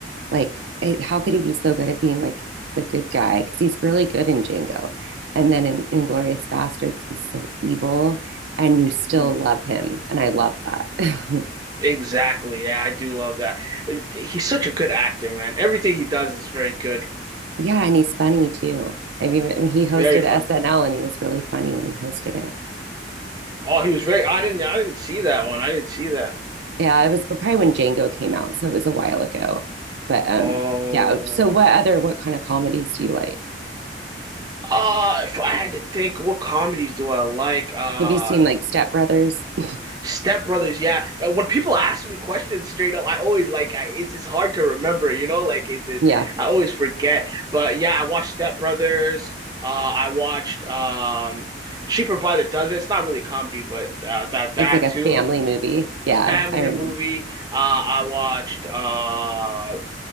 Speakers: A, on the right; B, on the right.
A: like eh, how could he be so good at being like the good guy? Because he's really good in Django, and then in Inglorious Bastards, he's so evil, and you still
B: Hmm.
A: love him, and I love that. <laughs>
B: Exactly. Yeah, I do love that. He's such a good actor, man. Everything he does is very good,
A: Yeah, and he's funny too. I mean, I mean, he
B: very
A: hosted
B: funny.
A: SNL and he was really funny when he hosted it.
B: Oh, he was very. I didn't. I didn't see that one. I didn't see that.
A: Yeah, it was probably when Django came out, so it was a while ago. But
B: Oh.
A: um, yeah. So what other what kind of comedies do you like?
B: Uh, if I had to think, what comedies do I like? Uh,
A: Have you seen like Step Brothers? <laughs>
B: Step Brothers, yeah. Uh, When people ask me questions straight up, I always like I, it's it's hard to remember, you know, like it, it
A: Yeah,
B: I always forget. But yeah, I watched Step Brothers. Uh, I watched um Cheaper by the Dozen. It's not really comedy, but uh, that that
A: it's like a
B: too.
A: family movie. Yeah,
B: Family
A: I remember.
B: movie. Uh, I watched uh,